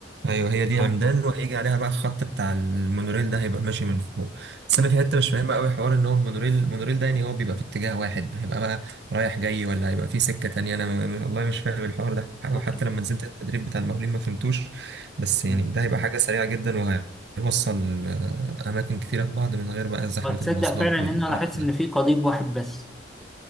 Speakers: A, on the right; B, in the centre.
A: ايوه هي دي
B: اه
A: عمدان وهيجي عليها بقى الخط بتاع المونوريل ده هيبقى ماشي من فوق بس
B: آه.
A: انا في حته مش فاهمها قوي حوار ان هو المونوريل المونوريل ده يعني هو بيبقى في اتجاه واحد هيبقى بقى رايح جاي ولا هيبقى في سكه تانية انا م- م- والله مش فاهم الحوار ده أوي.
B: ممكن
A: حتى لما نزلت التدريب بتاع المقاولين ما فهمتوش بس يعني
B: آه.
A: ده هيبقى حاجه سريعه جدا وهيوصل آه، اماكن كتيره ببعض من غير بقى زحمه
B: وتصدق
A: المواصلات
B: فعلا ان
A: والقرف
B: انا لاحظت
A: ده
B: ان في قضيب واحد بس